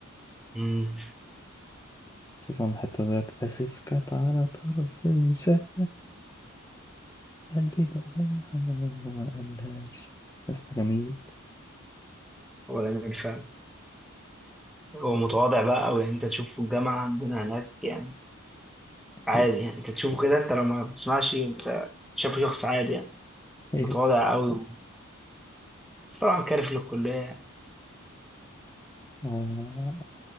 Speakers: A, in the centre; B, on the left (about 15°).
A: امم
B: خصوصا حتى بيقولك اسف كانت على طرف لساني قلبي دقاها وما قالهاش قصة جميل
A: هو جميل فعلا هو متواضع بقى أوي يعني انت تشوفه في الجامعة عندنا هناك يعني عادي
B: <laughs>
A: يعني انت تشوفه كده انت لو ما بتسمعش انت شايفه شخص عادي يعني
B: ايوه
A: متواضع أوي بس طبعا كارف للكلية
B: آه،